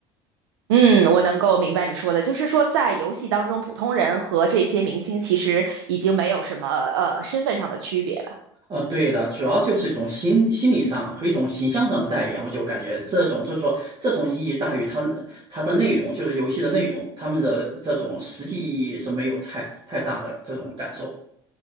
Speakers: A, on the right; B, on the right.
A: 嗯，我能够明白你说的，就是说在游戏当中，普通人和这些明星其实已经没有什么呃身份上的区别了。
B: 呃，对的，主要就是一种心心理上和一种形象上的代言，我就感觉这种就是说这种意义大于它它的内容，就是游戏的内容，他们的这种实际意义是没有太太大的这种感受。